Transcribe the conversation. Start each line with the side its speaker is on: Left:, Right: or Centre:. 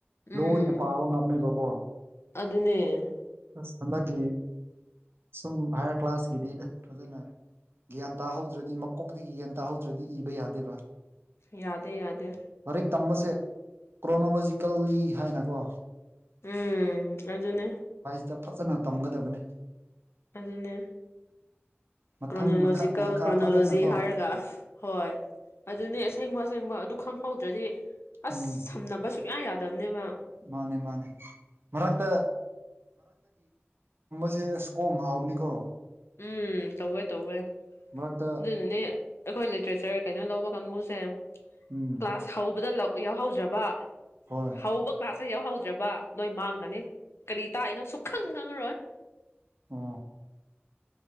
Left: ꯎꯝ
Right: ꯂꯣꯏꯅ ꯄꯥꯕ ꯉꯝꯅꯦꯕꯀꯣ
Left: ꯑꯗꯨꯅꯦ
Right: ꯑꯁ ꯍꯟꯗꯛꯀꯤ ꯁꯨꯝ ꯍꯥꯏꯌꯔ ꯀ꯭ꯂꯥꯁꯀꯤꯗꯤ ꯐꯖꯅ ꯒ꯭ꯌꯥꯟ ꯇꯥꯍꯧꯗ꯭ꯔꯗꯤ ꯃꯀꯣꯛꯇꯒꯤ ꯒ꯭ꯌꯥꯟ ꯇꯥꯍꯧꯗ꯭ꯔꯗꯤ ꯏꯕ ꯌꯥꯗꯦꯕ
Left: ꯌꯥꯗꯦ ꯌꯥꯗꯦ
Right: ꯂꯥꯏꯔꯤꯛ ꯇꯝꯕꯁꯦ ꯀ꯭ꯔꯣꯅꯣꯂꯣꯖꯤꯀꯦꯜꯂꯤ ꯍꯥꯏꯅꯀꯣ
Left: ꯎꯝ ꯑꯗꯨ ꯑꯗꯨꯅꯦ
Right: ꯁꯤꯗ ꯐꯖꯅ ꯇꯝꯒꯗꯕꯅꯤ
Left: ꯑꯗꯨꯅꯦ
Right: ꯃꯊꯪ
Left: ꯀ꯭ꯔꯣꯅꯣꯂꯣꯖꯤꯀꯦꯜ
Right: ꯃꯈꯥ ꯃꯈꯥ
Left: ꯀ꯭ꯔꯣꯅꯣꯂꯣꯖꯤ
Right: ꯐꯖꯅꯀꯣ
Left: ꯍꯥꯏꯔꯒ ꯍꯣꯏ ꯍꯣꯏ ꯑꯗꯨꯅꯦ ꯑꯁꯦꯡꯕ ꯑꯁꯦꯡꯕ ꯈꯪꯍꯧꯗ꯭ꯔꯗꯤ ꯑꯁ
Right: ꯎꯝ
Left: ꯁꯝꯅꯕꯁꯨ ꯉ ꯌꯥꯗꯕꯅꯦꯕ
Right: ꯃꯥꯅꯦ ꯃꯥꯅꯦ ꯃꯔꯛꯇ ꯃꯦ ꯑꯁꯀꯣꯡ ꯍꯥꯎꯅꯤꯀꯣ
Left: ꯎꯝ ꯇꯧꯋꯦ ꯇꯧꯋꯦ
Right: ꯃꯔꯛꯇ
Left: ꯑꯗꯨꯅꯅꯦ ꯑꯩꯈꯣꯏ ꯂꯤꯇ꯭ꯔꯦꯆꯔ ꯀꯩꯅꯣ ꯂꯧꯕ ꯀꯥꯡꯕꯨꯁꯦ
Right: ꯎꯝ
Left: ꯀ꯭ꯂꯥꯁ ꯍꯧꯕꯗ ꯂ ꯌꯥꯎꯍꯧꯗ꯭ꯔꯕ
Right: ꯍꯣꯏ
Left: ꯍꯧꯕ ꯀ꯭ꯂꯥꯁꯇ ꯌꯥꯎꯍꯧꯗ꯭ꯔꯕ ꯅꯣꯏ ꯃꯥꯡꯒꯅꯤ ꯀꯔꯤ ꯇꯥꯛꯏꯅꯣ ꯁꯨꯈꯪ ꯈꯪꯉꯔꯣꯏ
Right: ꯑ